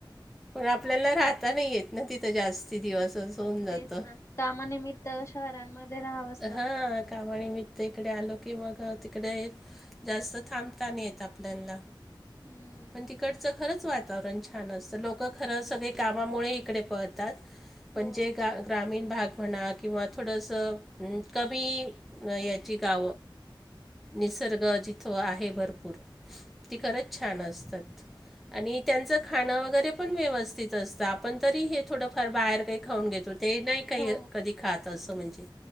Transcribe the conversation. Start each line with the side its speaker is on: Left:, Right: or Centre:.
Centre: पण आपल्याला राहता नाही येत ना तिथं जास्ती दिवस होऊन जातं.
Left: तेच ना कामानिमित्त शहरांमध्ये राहावंच लागतं
Centre: हा कामा आणि मित्र इकडे आलो की मग तिकडे आहेत जास्त थांबता नाही येत आपल्याला
Left: हम्म.
Centre: पण तिकड च खरंच वातावरण छान असतं लोक खरं सगळे कामामुळे इकडे पळतात पण
Left: हो
Centre: जे ग ग्रामीण भाग म्हणा किंवा थोडसं कमी ा निसर्ग जिथ आहे भरपूर ती खरंच छान असतात आणि त्यांचं खाणं वगैरे पण व्यवस्थित असतं आपण तरी हे थोडंफार बाहेर काही खाऊन घेतो ते नाही काही
Left: हो
Centre: कधी खातं असं म्हणजे